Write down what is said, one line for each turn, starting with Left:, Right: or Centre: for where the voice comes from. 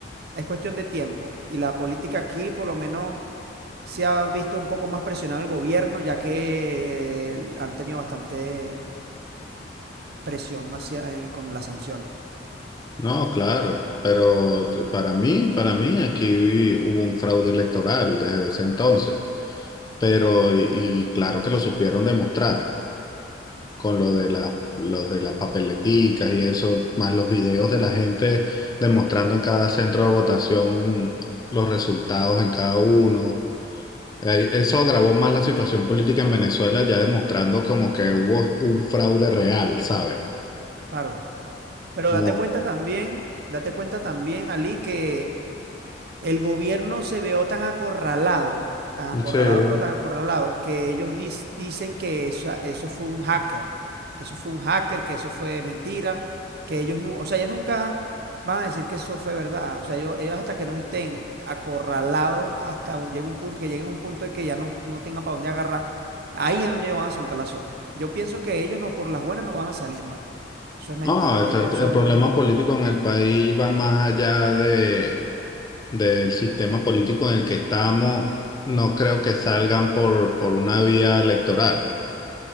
Right: es cuestión de tiempo. Y la política aquí, por lo menos, se ha visto un poco más presionado el gobierno, ya que eh, han tenido bastante presión hacia, en- con las sanciones.
Left: No, claro, pero para mí, para mí aquí hubo un fraude electoral desde ese entonces, pero y, y claro que lo supieron demostrar con lo de la- los de las papeleticas y eso, más los videos de la gente demostrando en cada centro de votación los resultados en cada uno. Eh, Eso agravó más la situación política en Venezuela, ya demostrando como que hubo un fraude real, ¿sabes?
Right: Claro. Pero
Left: Como,
Right: date cuenta también, date cuenta también, Ali, que El gobierno se vio tan acorralado, tan acorralado,
Left: sí.
Right: pero tan acorralado, que ellos dis- dicen que eso, eso fue un hacker, que eso fue un hacker, que eso fue mentira, que ellos no, o sea, ellos nunca van a decir que eso fue verdad. O sea, ellos, ellos hasta que no estén acorralados, hasta un- llega un punto, que lleguen a un punto de que ya no, no tengan para dónde agarrar, ahí es donde ellos van a soltar la sopa. Yo pienso que ellos no, por las buenas no van a salir, mano. Eso es mentira.
Left: No, este-
Right: Ellos
Left: este-
Right: son
Left: el problema político en el país va más allá de, del sistema político en el que estamos. No creo que salgan por, por una vía electoral.